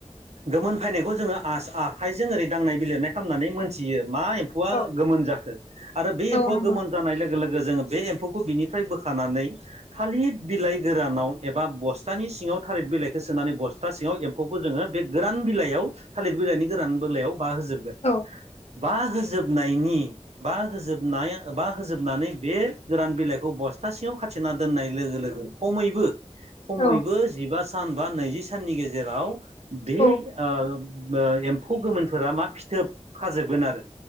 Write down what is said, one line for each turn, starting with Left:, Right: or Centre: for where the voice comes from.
Right: गोमोन फायनायखौ जोङो आस आखाइजों ओरै दांनाय बिलिरनाय खालामनानै मोन थियो मा एम्फौआ
Left: औ
Right: गोमोन जाखो आरो बे
Left: औ
Right: एम्फौआ
Left: नंगौ
Right: गोमोन जानाय लोगो लोग जोङो बे एम्फौखौ बिनिफ्राय बोखानानै थालिद बिलाइ गोरानाव एबा बस्थानि सिङा <unintelligible> थालिद बिलाइखो सोनानै बस्था सिङाव एम्फौखो जोङो बे गोरान बिलाइयाव थालिर बिलाइनि गोरान बिलाइयाव बा होजोबगोन
Left: औ
Right: बा होजोबनायनि बा होजोबनाय बा होजोबनानै बे गोरान बिलाइ बखौ बस्थासेआव खाथिना दोननाय लोगो लोगो खमैबो खमैबो
Left: औ
Right: जिबा सान बा नैजि साननि गेजेराव बे
Left: औ
Right: ओ ओ एम्फौ गोमोनफोरा मा फिथोब खाजोबगोन आरो